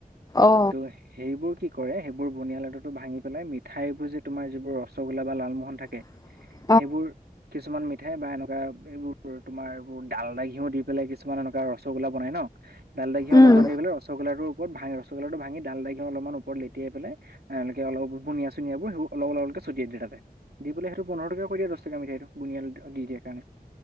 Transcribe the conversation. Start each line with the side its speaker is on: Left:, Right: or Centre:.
Left: অ
Right: তো সেইবোৰ কি কৰে, সেইবোৰ বুনিয়া লাডোটো, ভাঙি পেলাই মিঠাইবোৰ যে তোমাৰ যিবোৰ ৰসগোল্লা বা লা'লমোহন থাকে
Left: <unintelligible>
Right: সেইবোৰ। কিছুমান মিঠাই বা এনেকুৱা এইবোৰ তোমাৰ এইবোৰ ডাল দা, ঘিও দি পেলাই, কিছুমান এনেকুৱা ৰ ৰসগোল বনাই ন, ডাল দা, ঘিও
Left: উম
Right: অলপমান দি পেলাই ৰসগোল্লাটো ওপৰত ভাঙি ৰসগোল্লাটো ভাঙি ডাল দা, ঘিও অলপ ওপৰত লেটিয়াই পেলাই এওঁলোকে অলপ বুনীয়া-চুনিয়াবোৰ সেইবোৰ অলপ, অলপকে চটিয়াই দিয়ে তাতে। দি, পেলাই সেইটো পোন্ধৰ টকীয়া কৰি দিয়ে, দহ টকায়া মিঠাইটো বুনীয়া দি দিয়ে কাৰণে।